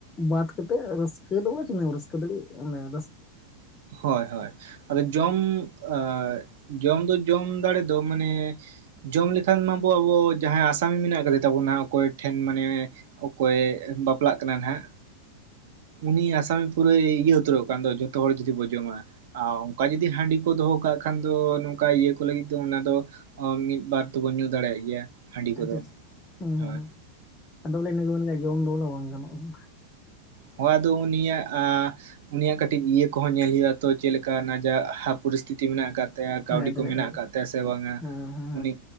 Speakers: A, on the left; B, on the right.
A: ᱵᱟᱫᱽ ᱠᱟᱛᱮᱫ ᱨᱟᱹᱥᱠᱟᱹ ᱫᱚ ᱵᱚᱞᱮ ᱛᱤᱱᱟᱹᱜ ᱮᱢ ᱨᱟᱹᱥᱠᱟᱹ ᱫᱟᱲᱮᱭᱟᱜ ᱢᱟᱱᱮ
B: ᱦᱳᱭ ᱦᱳᱭ ᱟᱫᱚ ᱡᱚᱢ ᱟᱨ ᱡᱚᱢ ᱫᱚ ᱡᱚᱢ ᱫᱟᱲᱮ ᱫᱚ ᱢᱟᱱᱮ ᱡᱚᱢ ᱞᱮᱠᱷᱟᱱ ᱢᱟᱵᱚ ᱟᱵᱚ ᱡᱟᱦᱟᱸᱭ ᱟᱥᱟᱢᱤ ᱢᱮᱱᱟᱜ ᱟᱠᱟᱫᱮ ᱛᱟᱵᱚᱱᱟ ᱚᱠᱚᱭ ᱴᱷᱮᱱ ᱢᱟᱱᱮ ᱚᱠᱚᱭ ᱵᱟᱯᱞᱟᱜ ᱠᱟᱱᱟ ᱱᱟᱦᱟᱸᱜ ᱩᱱᱤ ᱟᱥᱟᱢᱤ ᱯᱩᱨᱟᱹᱭ ᱤᱭᱟᱹ ᱩᱛᱟᱹᱨᱚᱜ ᱠᱟᱱ ᱫᱚ ᱡᱷᱚᱛᱚ ᱦᱚᱲ ᱡᱩᱫᱤ ᱵᱚᱱ ᱡᱚᱢᱟ᱾ ᱟᱨ ᱚᱱᱠᱟ ᱡᱩᱫᱤ ᱦᱟᱺᱰᱤ ᱠᱚ ᱫᱚᱦᱚ ᱠᱟᱜ ᱠᱷᱟᱱ ᱫᱚ ᱱᱚᱝᱠᱟ ᱤᱭᱟᱹ ᱠᱚ ᱞᱟᱹᱜᱤᱫ ᱫᱚ ᱚᱱᱟ ᱫᱚ ᱢᱤᱫᱵᱟᱨ ᱫᱚᱵᱚᱱ ᱧᱩ ᱫᱟᱲᱮᱭᱟᱜ ᱜᱮᱭᱟ᱾ ᱦᱟᱺᱰᱤ ᱠᱚᱫᱚ
A: ᱟᱪᱪᱷᱟ ᱟᱪᱪᱷᱟ ᱦᱮᱸ
B: ᱦᱳᱭ
A: ᱦᱮᱸ ᱟᱫᱚ ᱵᱚᱞᱮ ᱤᱱᱟᱹ ᱠᱚ ᱢᱮᱱ ᱜᱮ ᱡᱚᱢ ᱫᱚ ᱵᱚᱞᱮ ᱵᱟᱝ ᱜᱟᱱᱚᱜᱼᱟ᱾
B: ᱦᱳᱭ ᱟᱫᱚ ᱩᱱᱤᱭᱟᱜ ᱟᱻ ᱩᱱᱤᱭᱟᱜ ᱠᱟᱹᱴᱤᱡ ᱤᱭᱟᱹ ᱠᱚᱦᱚᱸ ᱧᱮᱞᱳᱭᱼᱟ ᱛᱚ ᱪᱮᱫ ᱞᱮᱠᱟ ᱱᱟᱡᱟᱜ ᱯᱚᱨᱤᱥᱛᱤᱛᱤ ᱢᱮᱱᱟᱜ ᱟᱠᱟᱫ ᱛᱟᱭᱟ ᱠᱟᱹᱣᱰᱤ
A: ᱦᱮᱸ ᱫᱚᱦᱚᱭ
B: ᱠᱚ ᱢᱮᱱᱟᱜ
A: ᱫᱚᱦᱚᱭ ᱦᱮᱸ
B: ᱟᱠᱟᱫ
A: ᱦᱮᱸ ᱦᱮᱸ ᱦᱮᱸ
B: ᱛᱟᱭᱟ ᱥᱮ ᱵᱟᱝᱟ
A: ᱦᱮᱸ
B: ᱩᱱᱤ